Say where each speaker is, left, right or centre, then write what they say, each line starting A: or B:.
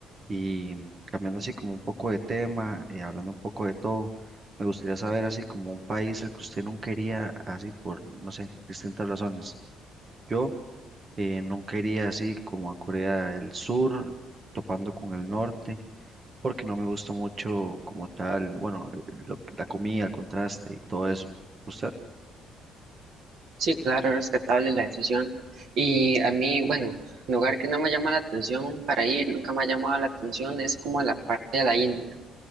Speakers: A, on the right (about 40°); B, on the right (about 65°).
A: Y cambiando así como un poco de tema, eh, hablando un poco de todo, me gustaría saber así como un país al que usted no quería, así por, no sé, distintas razones. Yo eh, no quería así como a Corea del Sur, topando con el norte porque no me gustó mucho como tal, bueno, lo- la comida, el contraste y todo eso. ¿Usted?
B: Sí, claro, respetable la decisión. Y a mí, bueno, lugar que no me llama la atención para ir, nunca me ha llamado la atención, es como la parte de la India.